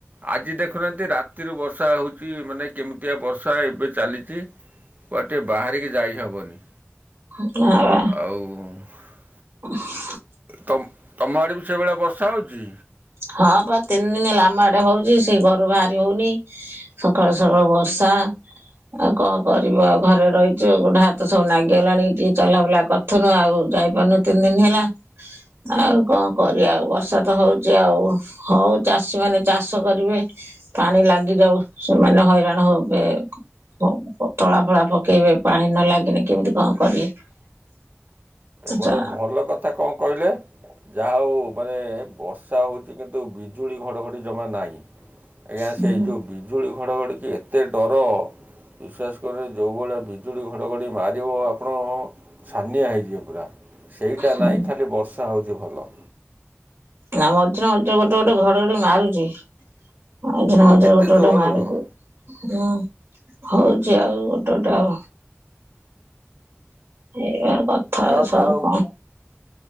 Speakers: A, on the right; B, on the right.
A: ଆଜି ଦେଖୁନାହାନ୍ତି ରାତିରୁ ବର୍ଷା ହୋଉଚି ମାନେ କେମିତିଆ ବର୍ଷା ଏବେ ଚାଲିଚି କୁଆଡେ ଟିକେ ବାହାରିକି ଯାଇ ହବନି।
B: <unintelligible>
A: ଆଉ।
B: <unintelligible>
A: ତମ ତମ ଆଡ଼େ ବି ସେଭଳିଆ ବର୍ଷା ହେଉଛି?
B: ହଁ ପା ତିନି ଦିନ ହେଲା ଆମ ଆଡେ ହଉଛି ସେ ଘରୁ ବାହାରି ହଉନି ସକାଳୁ ସକାଳୁ ବର୍ଷା। ଆଉ କଣ କରିବ ଆଉ ଘରେ ରହିଛୁ ଗୋଡା ହାତ ସବୁ ନାଗିଗଲାଣି ଟିକେ ଚଲାବୁଲା କରି ଏଥନୁ ଆଉ ଯାଇପାରୁନୁ ତିନି ଦିନ ହେଲା ଆଉ କଣ କରିବା ଆଉ ବର୍ଷା ତ ହଉ ଛି ଆଉ ହଉ ଚାଷୀ ମାନେ ଚାଷ କରିବେ ପାଣି ଲାଗିଯାଉ ସେମାନେ ହଇରାଣ ହବେ। ହ ତଳା ଫଳା ପକେଇବେ ପାଣି ନ ଲାଗିନି କେମିତି କଣ କରିବେ?
A: ବଡେ
B: ଚା
A: ଭଲ କଥା କଣ କହିଲେ ଯାହା ହଉ ମାନେ ବର୍ଷା ହେଉଛି କିନ୍ତୁ ବିଜୁଳି ଘଡ଼ଘଡ଼ି ଜମା ନାହିଁ ଆଜ୍ଞା
B: ହୁଁ
A: ସେଇ ଯେଉଁ ବିଜ ବିଜୁଳି ଘଡ଼ଘଡ଼ିକି ଏତେ ଡର ବିଶ୍ୱାସ କରେ ଯେଉଁଭଳିଆ ବିଜ ବିଜୁଳି ଘଡ଼ଘଡ଼ି ମାରିବ ଆପଣ ଛାନିଆ ହେଇଯିବେ ପୁରା ସେଇଟା
B: ହୁଁ
A: ନାଇଁ ଖାଲି ବର୍ଷ ର୍ଷା ହେଉଛି ଭଲ।
B: ନା ମଝିରେ ମଝିରେ ଗୋଟେ ଗୋଟେ ଘଡଘଡି ମାରୁଛି। ମଝିରେ ମଝିରେ
A: ଏତେ
B: ଗୋଟେ ଗୋଟୋ
A: ଜୋର
B: ମାରୁଛି।
A: ନୁହଁ
B: ହଁ ହଉଛି ଆଉ ଗୋଟେ ଗୋଟେ ଆଉ। ଏଇଆ କଥା
A: ତା
B: ସବୁ
A: ଆଉ
B: କଣ?